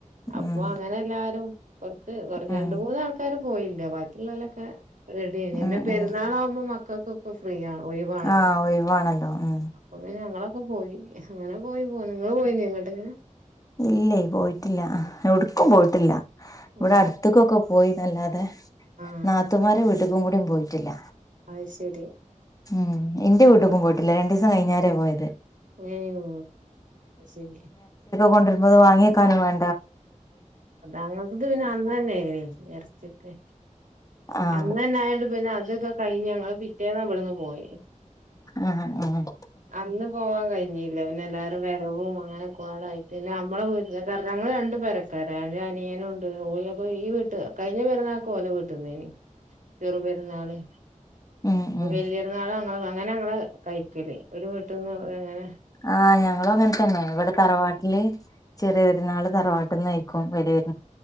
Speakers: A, on the right (about 75°); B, on the left (about 25°).
A: അപ്പോ
B: ഉം
A: അങ്ങനെ എല്ലാരും പൊറത്ത് കുറ രണ്ടു
B: ഉം
A: മുന്ന് ആൾകാര് പോയില്ല ബാക്കിയുള്ളോലൊക്കെ റെഡിയയ്നി പിന്നെ
B: ഉം
A: പെരുന്നാളാവുമ്പൊ
B: ഉം
A: മക്ക ക്കക്കൊക്കെ ഫ്രീയാ ഒഴിവാണല്ലോ
B: ആഹ് ഒഴിവാണല്ലോ ഉം
A: അപ്പൊ പിന്നെ ഞങ്ങള് ഇപ്പൊ പോയി അങ്ങനെ പോയി പോന്ന് ങ്ങള് പോയില്ലേ എങ്ങട്ടേലും
B: ഇല്ലേ പോയിട്ടില്ല എവിടുക്കും പോയിട്ടില്ല ഇവിടെ
A: ഉം
B: അടുത്തുക്കൊക്കെ പോയി പിന്നല്ലാതെ
A: ആഹ്
B: നാത്തൂൻമാരുടെ വീട്ടിക്കും കൂടി പോയിട്ടില്ല.
A: അത് ശരി
B: ഉം എന്റെ വീട്ട്ക്കും പോയിട്ടില്ല രണ്ടിസം കഴിഞ്ഞാ ന്നെ പോയത്
A: ഞ്ഞെയു ശരി
B: കൊണ്ടരുമ്പത് വാങ്ങിവെക്കാനു വേ
A: പത്താ ക്ലാസ്ത്തെല് അന്നനേനി എർ ച്ചിട്ടെ
B: ആഹ്
A: അന്നന്നെയൊണ്ട് പിന്നെ അതൊക്കെ കഴിഞ്ഞ് ഞങ്ങള് പി റ്റേന്നാ വിടുന്ന് പോയെ
B: ആഹ് ആഹ്
A: അന്ന് പോവാൻ കഴി ഞ്ഞി ലെവന്ന് എല്ലാരും വരവും അങ്ങനെ കൊളായിട്ട് പിന്നെ നമ്മളവീട്ടില് <unintelligible> ഞങ്ങളുരണ്ടും പേരക്കാര ഒരനിയനുണ്ട് ഓല് ഇപ്പൊ ഈ വീട്ട് കഴിഞ്ഞ പെരുന്നാൾക്ക് ഓലെ വീട്ടുന്നയ്നി ചെറുപ്പെരുന്നാള്
B: ഉം
A: ഇപ്പ
B: ഉം
A: വല്ല്യ പെരുന്നാളാ ങ്ങള് അങ്ങനെ ഇങ്ങള് കഴിക്കല് ഒരു <unintelligible> അങ്ങനെ
B: ആ ഞങ്ങളു അങ്ങനെതന്നെ ഇവിടെ തറവാട്ടില് ചെറിയപ്പെരുന്നാള് തറവാട്ടിന്ന് <unintelligible>